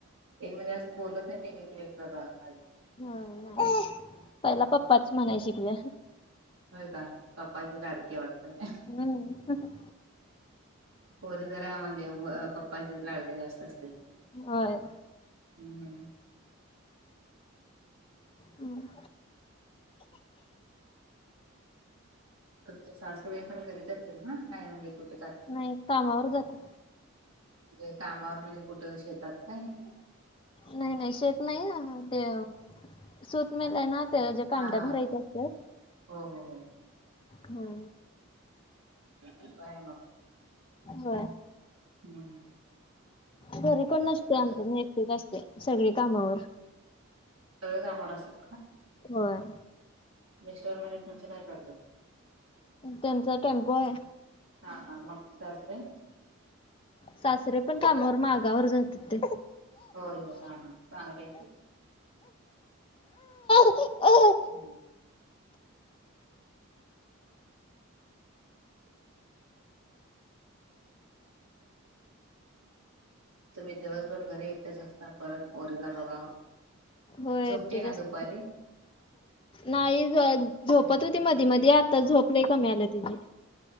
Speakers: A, on the right; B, on the left.
A: हे म्हणजे असं बोलत नाही दे लेकरंबाल आज.
B: हा नाही पहिला पप्पाच म्हणाय शिकले.
A: होय काय पप्पांची लाडकी आहे वाटतं
B: हम्म हा हा!
A: पोरी जरा म्हणजे पप्पांचे लाडक्या जास्त असते.
B: ह.
A: हम्म.
B: हम्म.
A: तुमच्या सासूबाई पण घरीच असतील ना काय म्हणजे कुठे
B: नाही कामावर जाता.
A: म्हणजे कामावर म्हणजे कुठं शेतात काय?
B: नाही नाही शेत नाही ते सूत मेलय ना. ज्या कांड्या
A: हा हा
B: भरायच्या असता
A: हो हो हो
B: ह
A: बाय मग.
B: हो
A: हम्म.
B: घरी कोण
A: सगळे
B: नसते आमच्या असते सगळी कामावर.
A: सगळे कामवर आसता.
B: होय!
A: मिस्टर म्हणे तुमचे काय करतात.
B: त्यांचा टेम्पो आहे.
A: हा हा मग सासरे
B: सासरे पण कामावर मागावर जात होते.
A: होय हा हा चांगलंय.
B: अ हि
A: चं तुम्ही दिवसभर घरी एकट्याचा असता परत पोरीला बघाव.
B: होय
A: झोपते
B: एकटीच
A: ना
B: असते.
A: दुपारी?
B: नाही झोपत होती मधी मधी आता झोपले कमी आलं तिची.